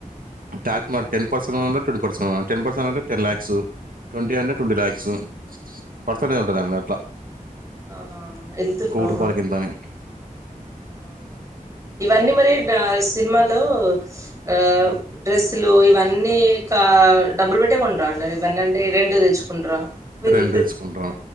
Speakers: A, on the right (about 75°); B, on the right (about 20°).
A: ట్యాక్ టెన్ పర్సెంట్ ఉంటే ట్వంటీ పర్సెంట్ టెన్ పర్సెంట్ అంటే టెన్ ల్యాక్స్ ట్వంటీ అంటే ట్వంటీ ల్యాక్స్ పర్సెంటేజ్ ఉంటదండి అట్లా
B: ఆహా ఎంత
A: రూ.
B: ఆహా
A: ఇంతని.
B: అవునా ఇవన్నీ మరి దా సినిమా లో ఆ
A: హ్మ్.
B: డ్రెస్ లు ఇవన్నీ కా డబ్బులు పెట్టే కొంటారా అండి ఇవన్న అంటే రెంట్ తెచ్చుకుంటరా వీళ్ళు
A: రెంట్ తీసుకుంటరు